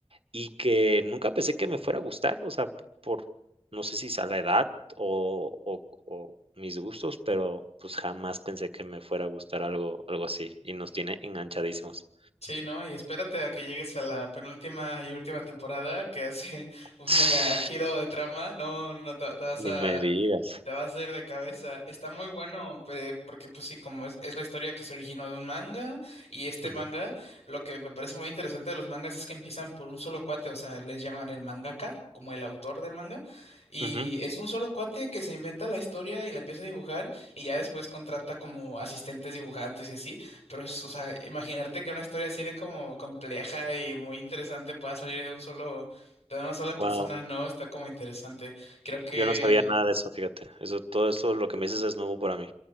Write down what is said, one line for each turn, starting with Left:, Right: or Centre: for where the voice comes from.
Right: Y que nunca pensé que me fuera a gustar, o sea, p- por no sé si sea la edad o o o mis gustos, pero, pues, jamás pensé que me fuera a gustar algo algo así, y nos tiene enganchadísimos.
Left: Sí, ¿no? Y espérate a que llegues a la penúltima y última temporada que hace <laughs>
Right: <sighs>
Left: un mega giro de trama. No, no te, te vas
Right: <sniffs>
Left: a
Right: Ni me digas.
Left: Te vas a ir de cabeza. Está muy bueno, pe- porque pues sí, como es, es la historia que se originó de un manga, y este
Right: Ujú,
Left: manga, lo que me parece muy interesante de los mangas es que empiezan por un solo cuate, o sea, les llaman el mangaka, como el autor del manga, y
Right: ujú.
Left: es un solo cuate que se inventa la historia y la empieza a dibujar, y ya después contrata como asistentes dibujantes y así, pero es, o sea, imaginarte que una historia así de como compleja y muy interesante pueda salir de un solo, de una sola persona,
Right: Guau,
Left: no, está como interesante. Creo que
Right: yo no sabía nada de eso, fíjate. Eso todo eso, lo que me dices es nuevo para mí.